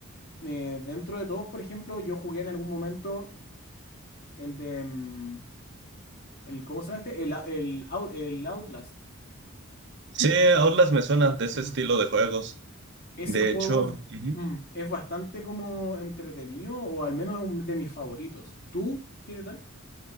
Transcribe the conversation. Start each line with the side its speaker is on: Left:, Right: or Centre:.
Left: eh, dentro de todos, por ejemplo, yo jugué en algún momento el de... mm, el, ¿cómo se llama este? El, Ou- el, Ou- el Outlast.
Right: Sí, Outlast me suena de ese
Left: Ujú.
Right: estilo de juegos.
Left: Ese
Right: De
Left: juego
Right: hecho,
Left: es,
Right: ujú.
Left: mm, es bastante como entretenido, o al menos es un de mis favoritos. ¿Tú qué tal?